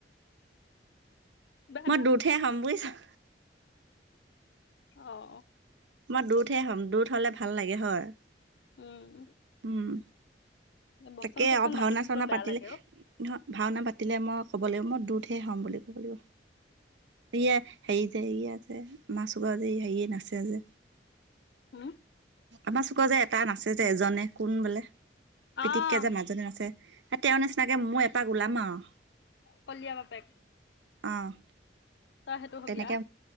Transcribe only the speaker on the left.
কিবা এটা
অ'।
উম।
বচন
চচন
মাতি থাকিব
বেয়া
লাগে অ,
হম।
আহ,
কলিয়ামা পেক।
ত' সেইটো হবিয়া।